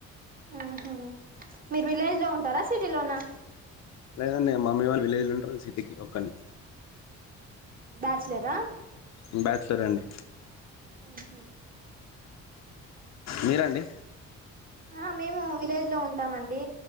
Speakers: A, on the right; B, on the left.
A: ఉహు మీరు విలేజ్ లో ఉంటారా సిటీ లోనా
B: లేదు అండి మమ్మీ వాళ్ళు విలేజ్ ఉంటారు సిటీకి ఒక్కని
A: బ్యాచలరా
B: ఉ బ్యాచ్లర్ అండి
A: ఉహు
B: మీరండి
A: ఆ మేము విలేజ్ లో ఉంటామండి